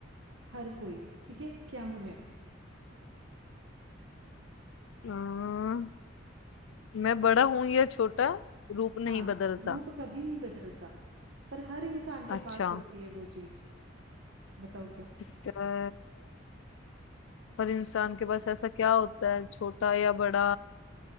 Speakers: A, on the right; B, on the left.
A: हर कोई ठीक है क्या हूं मैं
B: अम्म, मैं बड़ा हूं या छोटा रूप नहीं
A: हाँ
B: बदलता
A: रूप कभी नहीं बदलता पर हर इंसान के
B: अच्छा
A: पास होती है वो चीज बताओ क्या
B: ठीक है पर इंसान के पास ऐसा क्या होता है छोटा या बड़ा